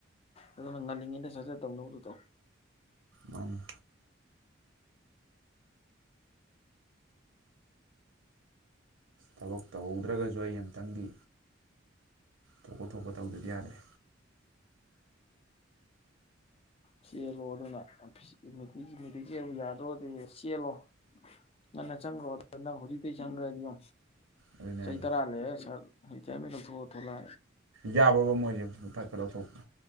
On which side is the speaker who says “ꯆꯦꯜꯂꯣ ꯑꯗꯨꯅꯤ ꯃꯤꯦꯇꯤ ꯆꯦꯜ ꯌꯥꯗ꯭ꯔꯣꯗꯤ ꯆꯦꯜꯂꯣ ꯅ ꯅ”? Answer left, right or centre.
Left